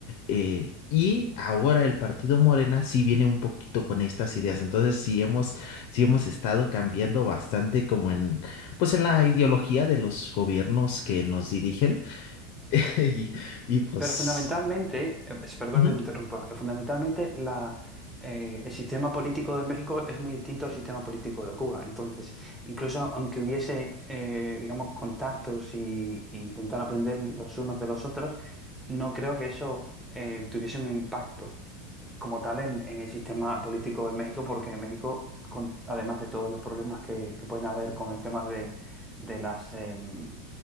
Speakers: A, on the left (about 60°); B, in the centre.
A: Eh, y ahora el Partido Morena sí viene un poquito con estas ideas. Entonces, sí hemos, sí hemos estado cambiando bastante como en pues en la ideología de los gobiernos que nos dirigen <laughs> y, y pues
B: Pero fundamentalmente, eh, es- perdón
A: ujú,
B: que te interrumpa, eh, fundamentalmente la, eh, el sistema político de México es muy distinto al sistema político de Cuba. Entonces, incluso aunque hubiese, eh, digamos, contactos y, y intentar aprender los unos de los otros, no creo que eso eh, tuviese un impacto eh, como tal en, en el sistema político de México, porque en México, con- además de todos los problemas que, que pueden haber con el tema de, de las... em,